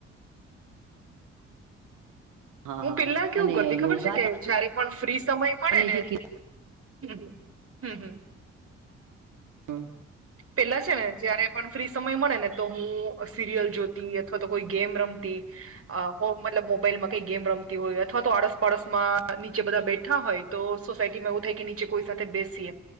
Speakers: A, on the right (about 65°); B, on the right (about 45°).
A: <inaudible>
B: હું
A: હા
B: પેલા કેવું
A: અને
B: કરતી ખબર
A: યોગા
B: છે કે જયારે પણ ફ્રી સમય મળે
A: તમે
B: ને
A: જે
B: હમ્મ હમ્મ હમ્મ.
A: કીધું
B: પેલા છે ને જયારે પણ ફ્રી સમય મળે ને તો હું સિરિયલ જોતી અથવા તો કોઈ ગેમ રમતી મતલબ મોબાઈલમાં કઈ ગેમ રમતી હોય અથવા તો આડોસ પાડસ માં નીચે બધા બેઠા હોય તો સોસાયટીમાં એવું થાય કે નીચે કોઈ સાથે બેસીએ